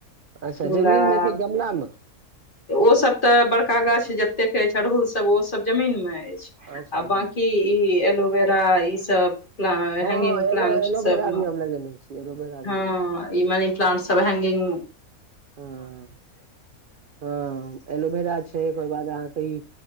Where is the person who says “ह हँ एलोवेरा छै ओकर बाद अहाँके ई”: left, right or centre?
Right